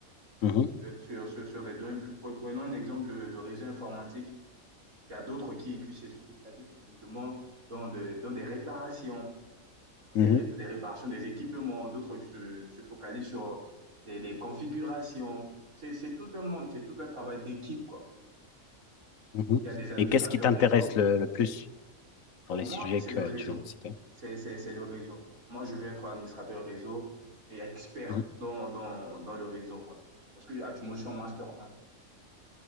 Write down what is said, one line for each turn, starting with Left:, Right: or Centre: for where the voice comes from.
Left: mhm,
Right: sur, sur, sur des domaines. Pre- Prenons un exemple, le, le réseau informatique. Il y a d'autres qui, qui se spécialisent uniquement dans, de- dans des réparations, des,
Left: mhm,
Right: ré- des réparations des équipements, d'autres qui se, se focalisent sur les, les configurations. C'est c'est tout un monde, c'est tout un travail d'équipe, quoi.
Left: mhm.
Right: Il y a des administrateurs
Left: Et qu'est-ce qui t'intéresse
Right: réseau
Left: le, le plus
Right: Bon,
Left: dans les
Right: moi,
Left: sujets
Right: c'est
Left: que
Right: le réseau.
Left: tu viens de citer?
Right: C'est, c'est, c'est le réseau. Moi, je veux être administrateur réseau et expert
Left: Mhm.
Right: dans, dans, dans le réseau, quoi. Parce que actuellement, je suis en Master 1.